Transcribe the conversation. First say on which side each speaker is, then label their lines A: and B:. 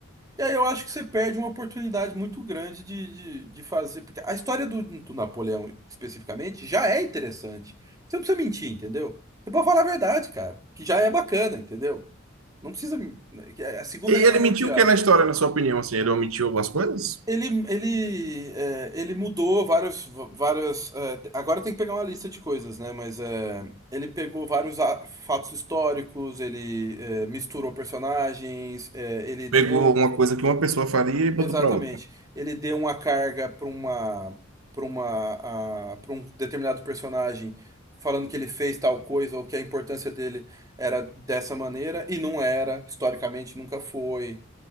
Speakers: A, on the right; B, on the right.
A: E aí eu acho que você perde uma oportunidade muito grande de, de, de fazer, porque a história do, do Napoleão especificamente já é interessante. Você não precisa mentir, entendeu? Você pode falar a verdade, cara, que já é bacana, entendeu? Não precisa, né, que é a Segunda
B: E
A: Guerra
B: ele
A: Mundial.
B: mentiu o que na história, na sua opinião? Assim, ele omitiu algumas coisas?
A: Ele, ele, é, ele mudou vários, várias. é, t- agora tem que pegar uma lista de coisas, né? Mas é, ele pegou vários a- fatos históricos, ele é, misturou personagens, é, ele deu.
B: Pegou uma coisa que uma pessoa faria e botou
A: Exatamente.
B: para outra.
A: Ele deu uma carga para uma, para uma, para um determinado personagem, falando que ele fez tal coisa ou que a importância dele era dessa maneira, e não era, historicamente nunca foi.